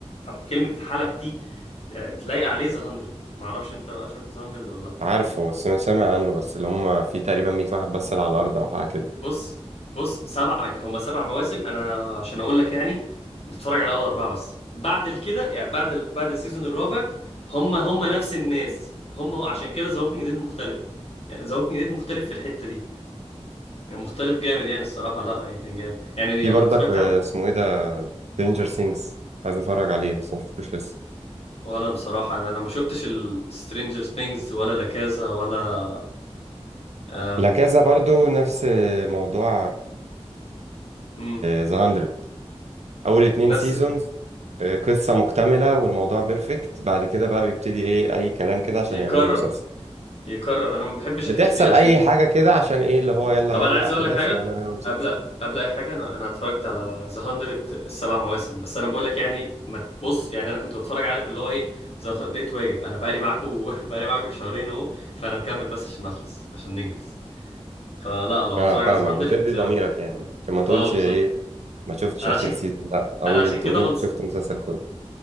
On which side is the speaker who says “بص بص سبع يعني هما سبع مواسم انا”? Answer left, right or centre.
Left